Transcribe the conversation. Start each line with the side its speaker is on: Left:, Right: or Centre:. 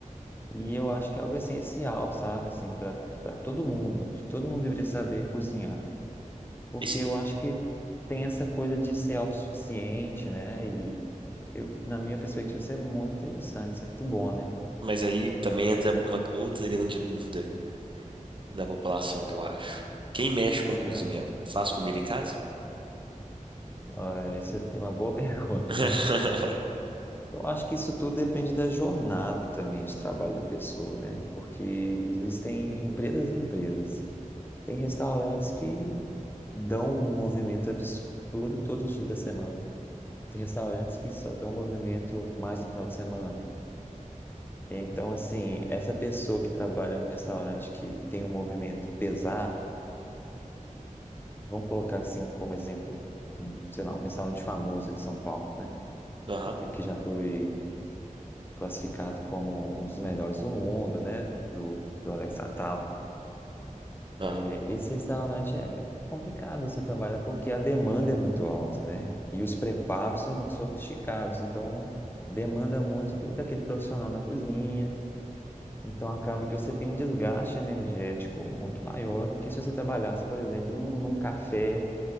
Left: e eu acho que é algo essencial, sabe, assim, para para todo mundo. Acho que todo mundo deveria saber cozinhar, porque
Right: Esse-
Left: eu acho que tem essa coisa de ser autossuficiente, né? E eu, na minha perspectiva, isso é muito interessante, isso é muito bom, né?
Right: mas aí também entra uma outra grande dúvida da população, que eu acho. Quem mexe com cozinha
Left: Ah,
Right: faz comida em casa?
Left: ah, isso é uma boa <laughs> pergunta.
Right: <laughs>
Left: Eu acho que isso tudo depende da jornada também de trabalho da pessoa, né? Porque existem empresas e empresas. Tem restaurantes que dão um movimento absurdo todos os dias da semana. Tem restaurantes que só dão movimento mais no final de semana. Então, assim, essa pessoa que trabalha num restaurante que tem um movimento pesado, vamos colocar assim como exemplo, um, sei lá, um restaurante famoso de São Paulo, né?
Right: Aham.
Left: Que que já foi classificado como um dos melhores do mundo, né? Do, do Alex Atala.
Right: Ah,
Left: É, esse restaurante é complicado você trabalhar porque a demanda é muito alta, né? E os preparos são muito sofisticados, então demanda muito do, daquele profissional na cozinha. Então acaba que você tem um desgaste energético muito maior do que se você trabalhasse, por exemplo, num, num café